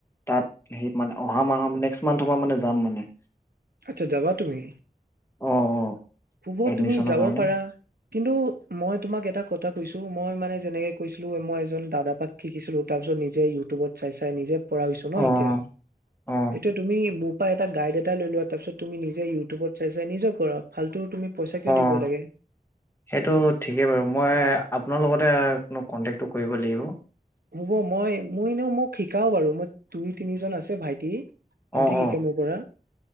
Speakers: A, on the left; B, on the right.
A: তাত স মানে অহা মাহ নেক্স মান্থৰ মানে যাম মানে।
B: আচ্ছা যাবা তুমি।
A: অ', অ',
B: হ'ব
A: এডমিশনৰ
B: তুমি যাব
A: কাৰণে
B: পাৰা কিন্তু মই তোমাক এটা কথা কৈছো চ' মই মানে যেনেকে কৈছিলো মই এজন দাদাপা শিকিছিলো তাৰপিছত নিজে ইউটিউবত চাই- চাই নিজে পৰা হৈছোঁ
A: অ',
B: ন এতিয়া,
A: অ',
B: এতিয়া তুমি মোক অঁ এটা গাইড এটা লৈ লোৱা তাৰ পিছত তুমি নিজে ইউটিউবত চাই-চাই নিজে কৰা। ফাল্তু তুমি পইচা কিয় দিব
A: অ',
B: লাগে।
A: সেইটো ঠিকেই বাৰু মই আপোনাৰ লগতেনো কন্টেক্টো কৰিব লাগিব।
B: হ'ব মই মই এনেও মোক শিকাও বাৰু দুই তিনিজন আছে ভাইটি। সিহঁতে
A: অ',
B: শিকে
A: অ',
B: মোৰ পৰা।